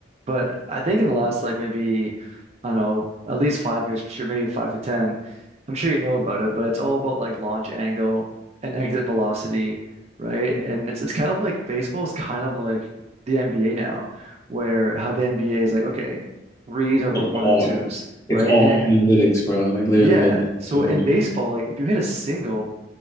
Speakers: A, on the right; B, on the left.
A: But I think in the last like maybe, I don't know, at least five years for sure, maybe five to ten. I'm sure you know about it, but it's all about like launch angle and exit velocity, right? And it's it's kind of like baseball is kind of like the NBA now, where how the NBA is like, okay, threes are worth
B: It's
A: more
B: all
A: than twos,
B: it's
A: right?
B: all
A: And it-
B: analytics, bro. Like literally,
A: yeah,
B: like
A: so
B: like,
A: in baseball, like if you hit a single